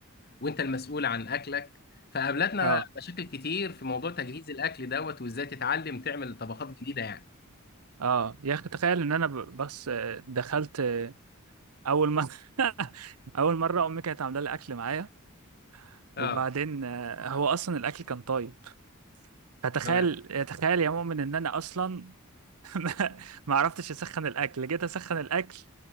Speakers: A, on the left; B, on the right.
A: وانت المسؤول عن اكلك فقابلتنا
B: اه
A: مشاكل كتير في موضوع تجهيز الاكل دوت وازاي تتعلم تعمل طبخات جديده يعني
B: اه يا اخي تخيل ان انا ب- بس دخلت اول مره <laughs> اول مره امي كانت عامله لي اكل معايا
A: اه
B: وبعدين هو اصلا الاكل كان طيب فتخيل
A: تمام
B: تخيل يا مؤمن ان انا اصلا <laughs> ما ما عرفتش اسخن الاكل جيت اسخن الاكل